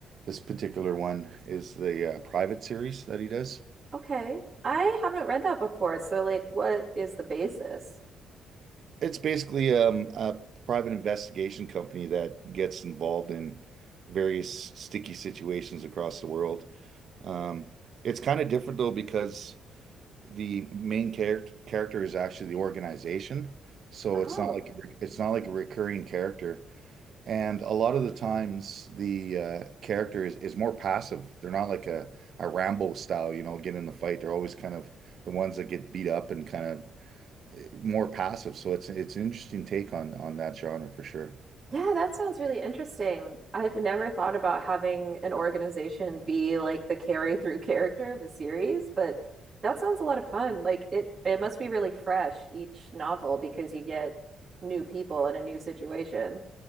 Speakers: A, on the right; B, on the right.
A: this particular one is the uh, private series that he does.
B: Okay. I haven't read that before. So like what is the basis?
A: It's basically um, a private investigation company that gets involved in various sticky situations across the world. Um, it's kind of different though because the main character character is actually the organization. So
B: Oh.
A: it's not like a, re- it's not like a recurring character. And a lot of the times the uh, character is, is more passive. They're not like a, a Rambo style, you know, get in the fight. They're always kind of the ones that get beat up and kind of eh, more passive. So it's it's an interesting take on on that genre for sure.
B: Yeah, that sounds really interesting. I've never thought about having an organization be like the carry through character of a series, but that sounds a lot of fun. Like it it must be really fresh each novel because you get new people in a new situation.